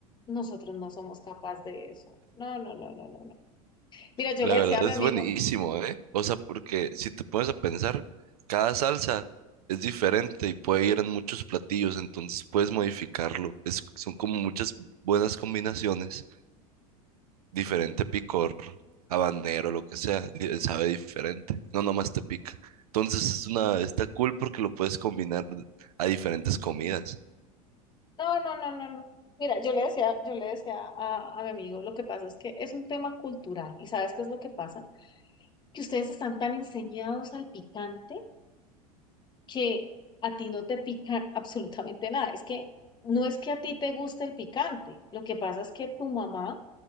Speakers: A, on the left; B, on the right.
A: Nosotros no somos capaces de eso. No, no, no, no, no, no. Mira, yo
B: la
A: le
B: verdad
A: decía a mi
B: es
A: amigo,
B: buenísimo, ¿eh? O sea, porque si te pones a pensar, cada salsa es diferente y puede ir en muchos platillos, entonces puedes modificarlo. Es, son como muchas buenas combinaciones, diferente picor, habanero, lo que sea, di- sabe diferente, no nomás te pica. Entonces es una, está cool porque lo puedes combinar a diferentes comidas.
A: no, no, no, no, no. Mira, yo le decía, yo le decía a, a mi amigo, lo que pasa es que es un tema cultural. ¿Y sabes qué es lo que pasa? Que ustedes están tan enseñados al picante que a ti no te pica absolutamente nada. Es que no es que a ti te guste el picante. Lo que pasa es que tu mamá,